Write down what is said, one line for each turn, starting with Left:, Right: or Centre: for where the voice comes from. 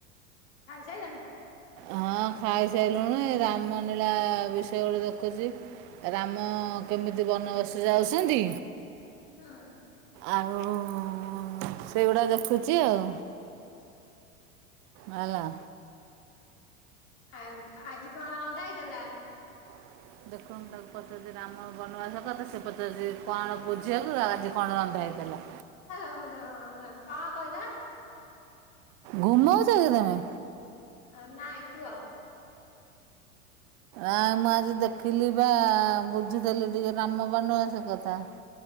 Left: ଖାଇସଇଲଣି?
Right: ହଁ ଖାଇସାଇଲୁଣି ରାମନୀଳା ବିଷୟ ଗଟେ ଦେଖୁଚି। ରାମ କେମିତି ବନବସ ଯାଉସନ୍ତି
Left: ହଁ।
Right: ଆଉ ଉ ଉ ଉ, ସେଇଗୁଡା ଦେଖୁଛି ଆଉ। ବାଲା।
Left: ଆଉ ଆଜି କଣ ରନ୍ଧା ହେଇଥିଲା?
Right: <inaudible> ଦେଖନ୍ତୁ ତାଙ୍କୁ ପଚାରୁଚି ରାମ ବନବାସ କଥା, ସେ ପଚାରୁଚି କଣ ବୁଝି ଆକୁ ଆଉ ଆଜି କଣ ରନ୍ଧା ହେଇଥିଲା?
Left: ଏ <unintelligible> କଣ କହିଲା
Right: ଗୁମଉଚ କି ତମେ?
Left: ଅ ଆଉ ନାଇଁ, କୁହ?
Right: ଆଉ ମୁଁ ଆଜି ଦେଖିଲି ବା, ବୁଝୁଥିଲି ଟିକେ ରାମ ବନବାସ କଥା।